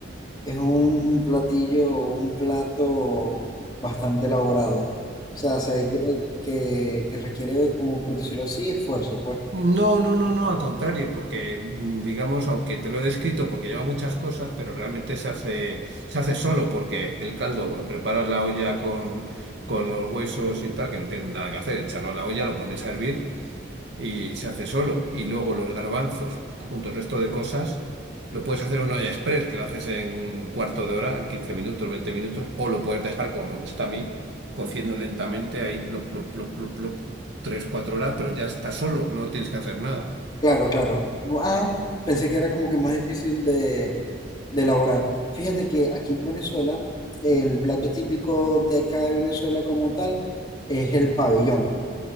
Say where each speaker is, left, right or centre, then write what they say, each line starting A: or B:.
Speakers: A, on the left; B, on the right.
A: es un platillo, un plato bastante elaborado. O sea, se ve que, que, que requiere, como por decirlo así, esfuerzo, pues.
B: No, no, no, no, al contrario, porque mm, digamos, aunque te lo he descrito porque lleva muchas cosas, pero realmente se hace, se hace solo porque el caldo, eh, preparas la olla con, con los huesos y tal, que no tiene nada que hacer, echarlo a la olla, lo pones a hervir y se hace solo. Y luego los garbanzos, junto al resto de cosas, lo puedes hacer en una olla express, que lo haces en cuarto de hora, en 15 minutos, 20 minutos, o lo puedes dejar, como me gusta a mí, cociendo lentamente ahí, plop, plop, plop, plop, plop, 3 4 horas, pero ya está solo, no tienes que hacer nada.
A: Claro, claro. Bu- Ah, pensé que era como que más difícil de, de elaborar. Fíjate que aquí en Venezuela, el plato típico de acá de Venezuela como tal es el pabellón.